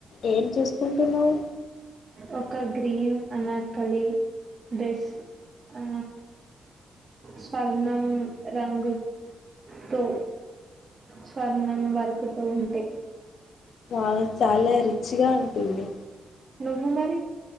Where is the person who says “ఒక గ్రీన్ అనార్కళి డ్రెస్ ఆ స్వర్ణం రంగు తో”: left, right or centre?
Right